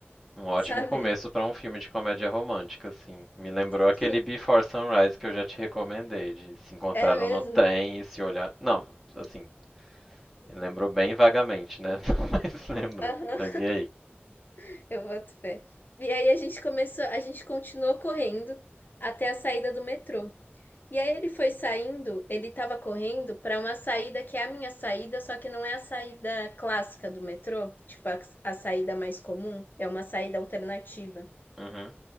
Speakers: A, on the left; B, in the centre.
A: <laughs>
B: Um ótimo
A: sabe?
B: começo pra um filme de comédia romântica, assim. Me lembrou
A: Sim,
B: aquele Before Sunrise que eu já te recomendei, de se encontraram
A: é mesmo.
B: no trem e se olhar. Não, assim, lembrou bem vagamente, né? <laughs> Mas lembrou.
A: Aham,
B: Mas e aí?
A: <laughs> eu boto fé. E aí a gente começou, a gente continuou correndo até a saída do metrô. E aí ele foi saindo, ele tava correndo pra uma saída que é a minha saída, só que não é a saída clássica do metrô, tipo a, a saída mais comum, é uma saída alternativa.
B: Uhum.